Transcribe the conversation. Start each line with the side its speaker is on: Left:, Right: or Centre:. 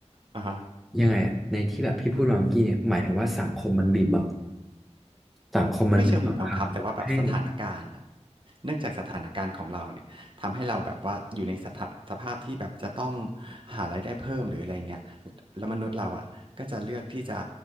Right: อ่าฮะ
Centre: ยังไงอะในที่แบบพี่พูดมาเมื่อกี้เนี่ยหมายถึงว่าสังคมมันบีบบัง สังคมมันมีสงครามให้เหร
Right: ไม่เชิงบีบบังคับแต่ว่าแบบสถานการณ์น่ะเนื่องจากสถานการณ์ของเราเนี่ยทำให้เราแบบว่าอยู่ในสถาสภาพที่แบบจะต้องหารายได้เพิ่มหรืออะไรเงี้ยแล้วมนุษย์เราอ่ะก็จะเลือกที่จะ